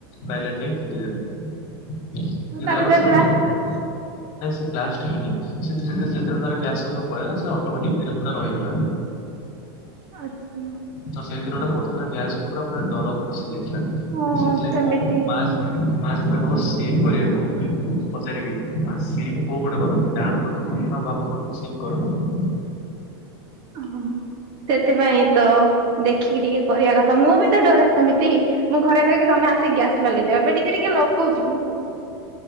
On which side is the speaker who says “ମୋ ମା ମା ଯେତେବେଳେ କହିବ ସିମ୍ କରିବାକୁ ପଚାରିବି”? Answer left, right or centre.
Left